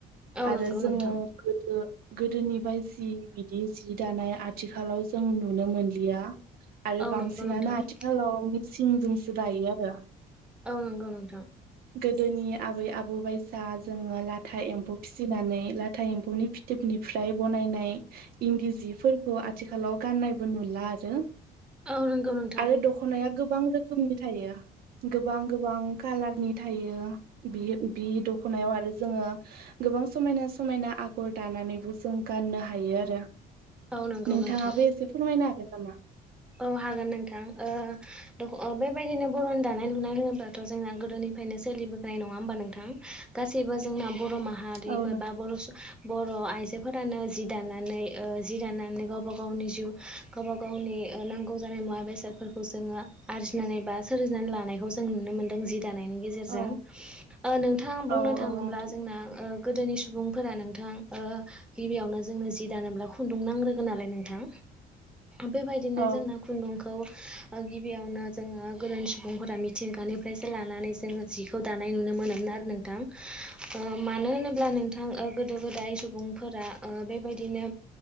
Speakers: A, in the centre; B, on the right.
A: औ नंगौ
B: आरो जोङो
A: नोंथां
B: गोदो गोदोनि बायसि बिदि जि दानाय आथिखालाव जों नुनो मोनलिया आरो
A: औ
B: बांसिनानो
A: नंगौ नोंथां
B: आथिखालाव मिसिंजोंसो दायो आरो
A: औ नंगौ नोंथां
B: गोदोनि आबै आबौ बायसा जोङो ला- था एम्फौ फिसिनानै लाथा एम्फौनि फिथोबनिफ्राय बनायनाय इन्दि जिफोरखौ आथिखालाव गाननायबो नुला आरो
A: औ नंगौ नोंथां
B: आरो दख'नाया गोबां रोखोमनि थायो गोबां गोबां कालारनि थायो बियो बि दखनायाव आरो जोङो गोबां समायना समायना आगर दाना- नानै जों गाननो हायो आरो
A: औ नंगौ
B: नोंथाङाबो
A: नोंथां
B: एसे फोरमायनो हागोन नामा
A: औ हागोन नोंथां ओ द बेबायदिनो बर'नि दानाय लुनाय होनोब्लाथ' जोंना गोदोनि- फ्रायनो सोलिबोखानाय नङा होमबा नोंथां गासैबो जोंना बर' माहारिबो
B: औ नोंथां
A: बा बर' बर' आइजोफोरानो जि दानानै ओ जि दानानै गावबा गावनि जिउ गावबा गावनि ओ नांगौ जानाय मुवा बेसादफोरखौ जोङो आरजिनानै बा सोरजिनानै लानायखौ जों नुनो मोनदों जि दानायनि गेजेरजों
B: औ
A: ओ नोंथां बुंनो
B: औ
A: थाङोब्ला
B: औ नोंथां
A: जोंना ओ गोदोनि सुबुंफोरा नोंथां ओ गिबियावनो जोंनो जि दानोब्ला खुन्दुं नांग्रोगोन नालाय नोंथां बेबायदिनो
B: औ
A: जोंना खुन्दुं- खौ ओ गिबियावनो जोङो गोदोनि सुबुंफोरा मिथिंगानिफ्रायसो लानानै जोङो जिखौ दानाय नुनो मोनोमोन आरो नोंथां ओ मानो होनोब्ला नोंथां ओ गोदो गोदाय सुबुंफोरा ओ बेबायदिनो